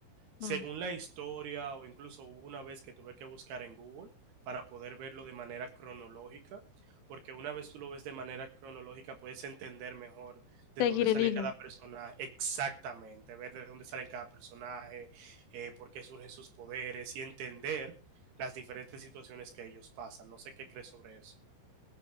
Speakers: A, on the right; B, on the left.
A: Según
B: Mm.
A: la historia, o incluso hubo una vez que tuve que buscar en Google para poder verlo de manera cronológica, porque una vez tú lo ves de manera cronológica puedes entender mejor de
B: Seguir
A: dónde sale
B: el hilo.
A: cada personaje exactamente, ver de dónde salen cada personaje, eh, por qué surgen sus poderes y entender las diferentes situaciones que ellos pasan. No sé qué crees sobre eso.